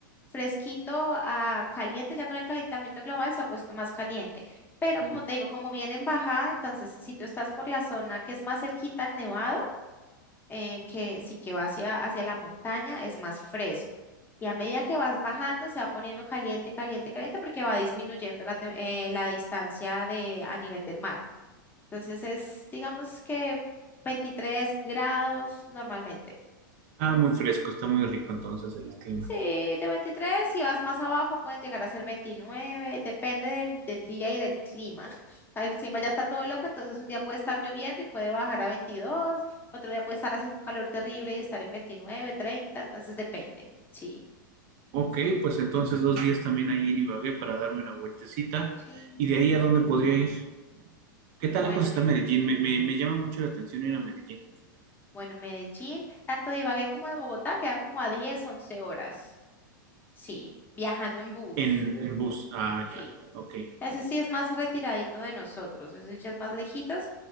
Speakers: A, on the left (about 20°); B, on the right (about 50°).
A: fresquito, a caliente, ya con el calentamiento global se ha puesto más caliente. Pero
B: Mm.
A: como te digo, como viene en bajada, entonces si tú estás por la zona que es más cerquita al nevado, eh, que sí que va hacia, hacia la montaña, es más fresco. Y a medida que vas bajando, se va poniendo caliente, caliente, caliente, porque va disminuyendo la, tem- eh, la distancia de, a nivel del mar. Entonces es, digamos que 23 grados normalmente.
B: Ah, muy fresco, está muy rico entonces el clima.
A: Sí, de 23. si vas más abajo pueden llegar a ser 29. depende del, del día y del clima. <laughs> El clima ya está todo loco, entonces un día puede estar lloviendo y puede bajar a 22, otro día puede estar haciendo un calor terrible y estar en veintinueve, treinta. entonces depende. Sí.
B: Ok, pues entonces dos días también ahí en Ibagué para darme una vueltecita.
A: Sí.
B: ¿Y de ahí a dónde podría ir? ¿Qué tan
A: Bueno,
B: lejos está
A: de
B: Medellín?
A: aquí,
B: Me, me- me llama mucho la atención ir
A: mm,
B: a Medellín.
A: bueno, Medellín, tanto de Ibagué como de Bogotá queda como a 10, 11 horas. Sí, viajando en bus.
B: En, en bus. Ah,
A: Sí.
B: ya. Ok.
A: Ese sí es más retiradito de nosotros, ese ya es más lejitos